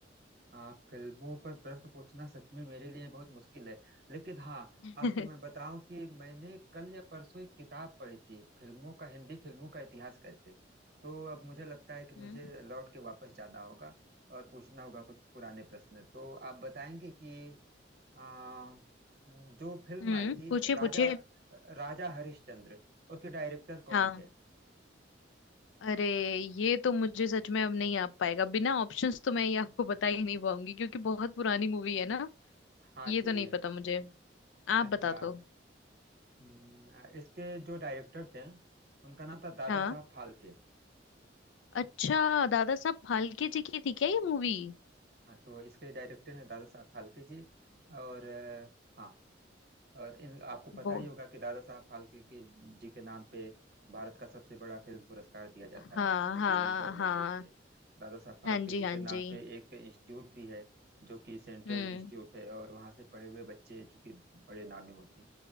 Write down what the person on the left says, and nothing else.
<laughs>
हम्म
हम्म
पूछिए
पूछिए
हाँ
अरे ये तो मुझे सच में अब नहीं आ पाएगा बिना ऑप्शंस तो मैं ये आपको बता ही नहीं पाऊंगी क्योंकि बहुत पुरानी मूवी है ना
ये
तो नहीं पता मुझे आप बता
दो
हाँ
अच्छा दादा साहब फाल्के जी की थी क्या ये मूवी
वो
हाँ
हाँ
हाँ
हाँ जी
हाँ
जी
हम्म